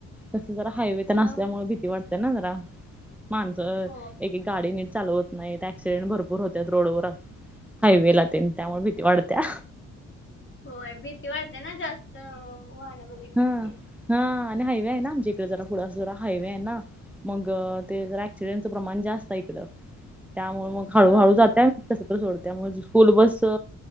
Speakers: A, in the centre; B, on the left.
A: तसं जरा हायवे
B: हा
A: नसल्यामुळे भीती वाटते ना जरा माणसं
B: हो
A: एक गाडी नीट चालवत नाही ऍक्सिडेंट भरपूर होत्या रोडवर हायवे लाते त्यामुळे भीती वाढत्या
B: होय भीती वाढते ना जास्त वाहनं बघितली
A: हा
B: इतके
A: हा आणि हायवे आहे ना आमच्या इकडे जरा थडासा जरा हायवे आहे ना मग ते ज ऍक्सिडेंटचं प्रमाण जास्त आहे इकड त्यामुळ मग
B: हा
A: हळूहळू
B: हा.
A: जातं कस सोडत म स्कूल बस